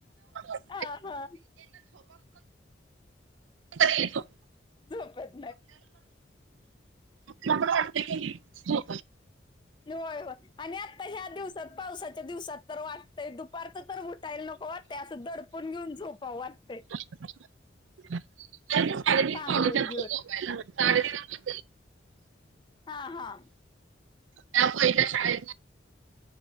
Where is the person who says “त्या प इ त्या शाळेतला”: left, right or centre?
Right